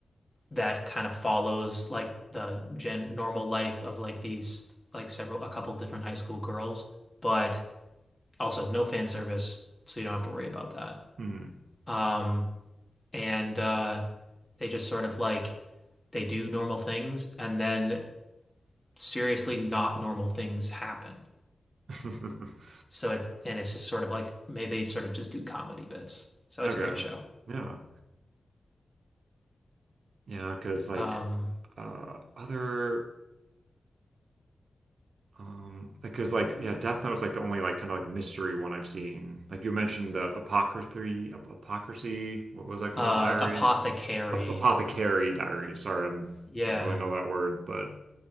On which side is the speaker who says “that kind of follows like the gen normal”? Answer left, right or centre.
Left